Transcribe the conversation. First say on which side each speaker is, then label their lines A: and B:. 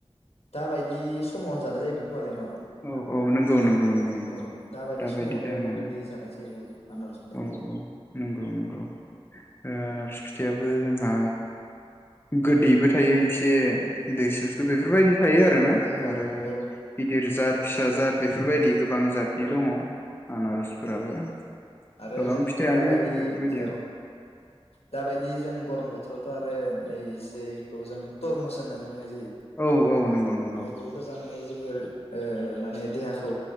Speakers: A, on the left; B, on the left.
A: दाबायदि समावनो जानाय जायोमोन खमालै न'?
B: औ औ नंगौ नंगौ नंगौ नंगौ
A: औ दाबायदि
B: दााबायदि
A: समावनो
B: टाइमावनो
A: बेबायदि जानाय जायो औ आनारस फिथाइखौबो
B: औ औ नंगौ नंगौ आनारस फिथाइयाबो जोंहा गोदैबो थायो एसे दैसुसु बेफोरबायदि थायो आरो ना
A: औ
B: आरो
A: औ
B: बि बिरजत फिसाजाद बेफोरबायदि गोबां जतनि दङ आनारसफोराबो
A: आरो
B: गोबां
A: जों
B: फिथाइयानो
A: दाबायदि
B: बेफोरबायदि
A: औ दाबायदि जों गरम बोथोरावथ' आरो नै जेखौ जों थरमुस होननानै बुंनाय
B: औ नंगौ नंगौ
A: खौबोथ' जानानै जोबोर ओ माने देहाखौ